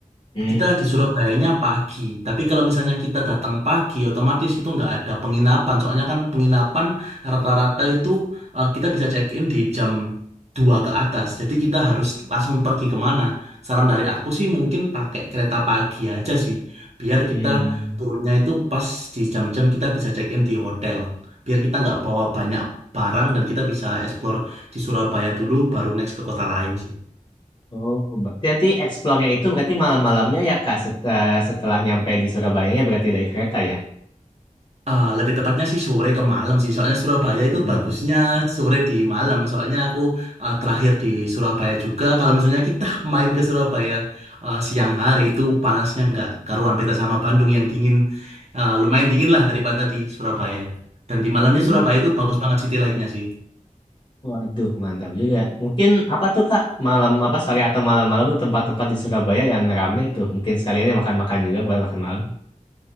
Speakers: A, on the left (about 40°); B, on the right (about 50°).
A: Hmm.
B: Kita di Surabayanya pagi, tapi kalau misalnya kita datang pagi, otomatis itu nggak ada penginapan. Soalnya kan penginapan rata-rata itu eh, kita bisa check-in di jam dua ke atas. Jadi kita harus langsung pergi kemana. Saran dari aku sih mungkin pakai kereta pagi aja sih, biar kita
A: Hmm.
B: turunnya itu pas di jam-jam kita bisa check-in di hotel. Biar kita nggak bawa banyak barang dan kita bisa explore di Surabaya dulu, baru next ke kota lain sih.
A: Oh, berarti nanti explore itu berarti malam-malamnya ya Kak set- eh, setelah nyampe di Surabaya ya berarti dari kereta ya.
B: Ah, lebih tepatnya sih sore ke malam sih. Soalnya Surabaya
A: Baru
B: itu bagusnya
A: malam.
B: sore di malam. Soalnya aku ah, terakhir di Surabaya juga. Kalau misalnya kita <laughs> main ke Surabaya ah, siang hari itu panasnya nggak karuan beda sama Bandung yang dingin. Ah, lumayan dingin lah daripada di Surabaya. Dan di malamnya
A: Uh,
B: Surabaya itu bagus banget city light-nya sih.
A: waduh mantap juga. Mungkin apa tuh Kak malam apa sore atau malam-malam tuh tempat-tempat di Surabaya yang rame tuh. Mungkin sekaliannya makan-makan juga buat makan malam.